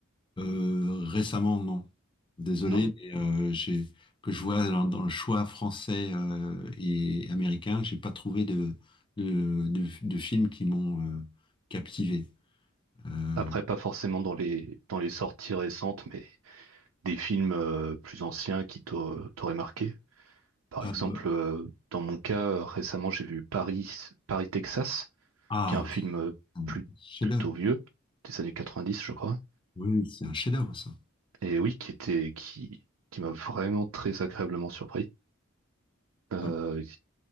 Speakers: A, on the left (about 25°); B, on the right (about 75°).
A: Euh, récemment, non. Désolé,
B: Non.
A: mais euh, j'ai que je vois dans, dans le choix français euh, et américain, j'ai pas trouvé de de, de, de films qui m'ont euh, captivé. Euh,
B: Après, pas forcément dans les dans les sorties récentes, mais des films euh, plus anciens qui t'au- t'auraient marqué. Par
A: euh,
B: exemple, euh, dans mon cas, euh, récemment, j'ai vu Paris, Paris, Texas,
A: ah,
B: qui est un film euh,
A: c'est un
B: plus-
A: chef-d'œuvre.
B: plutôt vieux, des années 90, je crois.
A: Oui, oui, c'est un chef-d'œuvre ça.
B: Et oui, qui était qui qui m'a vraiment très agréablement surpris. Euh,
A: Ah